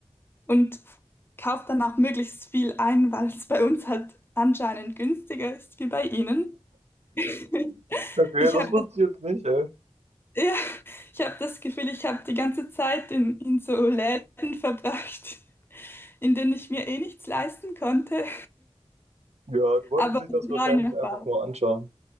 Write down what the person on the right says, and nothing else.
Okay,
das
wusste
ich jetzt nicht, ey.
Ja, die wollten
sich
das wahrscheinlich
einfach nur anschauen.